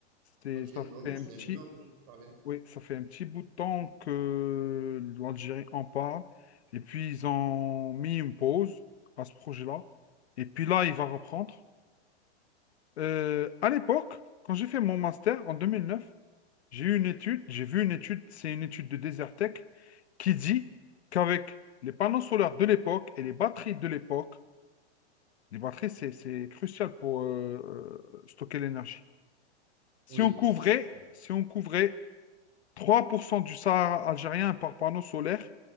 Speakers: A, on the left; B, on the right.
A: C'est,
B: Ok,
A: ça
B: non, non,
A: fait
B: j'en
A: un petit
B: ai jamais entendu parler.
A: Oui, ça fait un petit bout de temps que l'Algérie en parle. Et puis, ils ont mis une pause à ce projet-là. Et puis là, il va reprendre. Euh, à l'époque, quand j'ai fait mon master en 2009, j'ai eu une étude, j'ai vu une étude, c'est une étude de Desertec, qui dit qu'avec les panneaux solaires de l'époque et les batteries de l'époque, les batteries, c'est, c'est crucial pour euh, euh, stocker l'énergie. Si
B: Oui,
A: on couvrait,
B: ça c'est...
A: si on couvrait 3% du Sahara algérien par panneau solaire